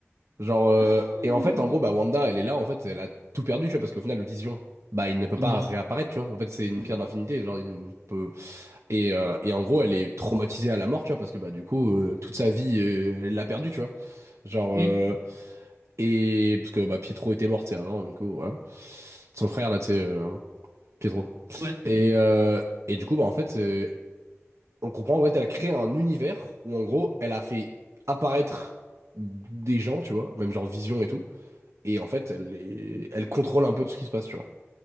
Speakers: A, on the right (about 70°); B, on the right (about 85°).
A: Genre, euh,
B: Ah,
A: et en fait, en gros, bah, Wanda, elle est là, en fait, elle a tout perdu, tu vois, parce qu'au final, Vision, bah, il ne peut
B: il
A: pas
B: est mort.
A: réapparaître, tu vois. En fait, c'est une
B: Ouais.
A: pierre d'infinité, genre, il ne peut. Et, euh, et en gros, elle est traumatisée à la mort, tu vois, parce que, bah, du coup, euh, toute sa vie, euh, elle l'a perdue, tu vois. Genre,
B: Hmm.
A: euh, et parce que, bah, Pietro était mort, tu sais, avant, du coup, voilà. Son frère, là, tu sais, euh, Pietro.
B: Ouais.
A: Et, euh, et du coup, bah, en fait, euh, on comprend, en fait, elle a créé un univers où, en gros, elle a fait apparaître des gens, tu vois, même genre Vision et tout. Et en fait, elle, est- elle contrôle un peu tout ce qui se passe, tu vois.